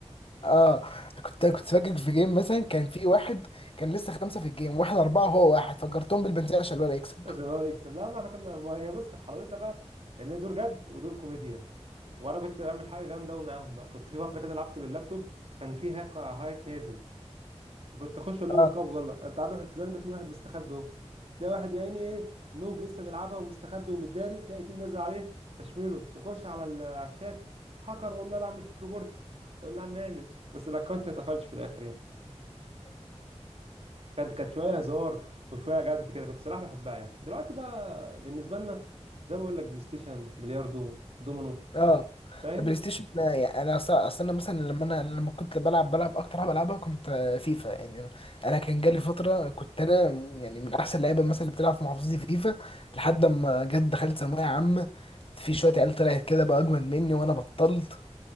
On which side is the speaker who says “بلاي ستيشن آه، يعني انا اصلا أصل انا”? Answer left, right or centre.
Left